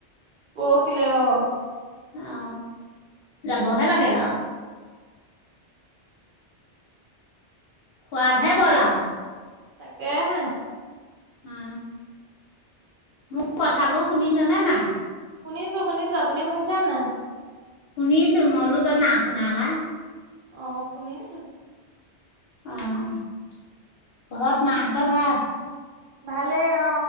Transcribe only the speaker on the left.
অ যাবহে লাগে আও। সোৱাদহে বলাও।
উ মো কথাবোৰ শুনিছনে নাই।
শুনিছো মই বুলো তই না শুনাবা।
অ ঘত মাহাহঁতৰ ভা